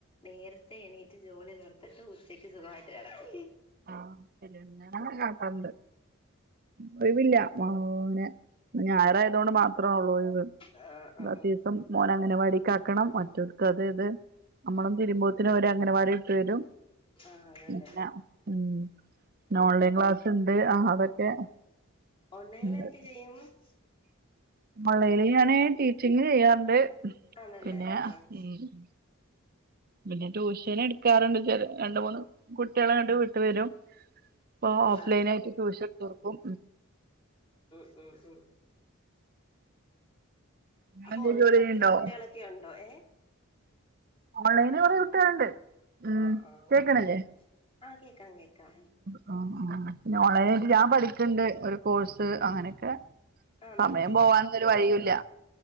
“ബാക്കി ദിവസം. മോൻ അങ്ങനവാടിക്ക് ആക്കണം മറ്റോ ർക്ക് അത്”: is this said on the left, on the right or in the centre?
Right